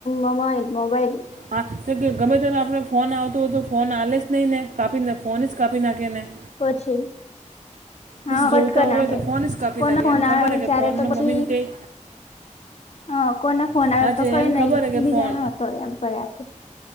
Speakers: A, on the left (about 55°); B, on the right (about 85°).
A: મોબાઈઇલ મોબાઈઇલ
B: હા ગમે ત્યારે આપડ ફોન આવતો હોય તો ફોન આલે જ નહી ને કાપીને ફોન જ કાપી નાખેને
A: પછી હા
B: જોતા
A: પટકન
B: હોય
A: છે,
B: તો ફોન જ કાપી
A: કોણ
B: નાખે
A: હોના
B: એને ખબર
A: વિચાર
B: હે કે ફોનને
A: તો પછી
B: મમ્મીને કંઈ
A: હા કોને ફોન આવ્યો
B: હાજી
A: તો કઈ
B: એને
A: નઈ
B: ખબર હે કે
A: બીજા
B: ફોન
A: ન હતો એમ કઈ આપે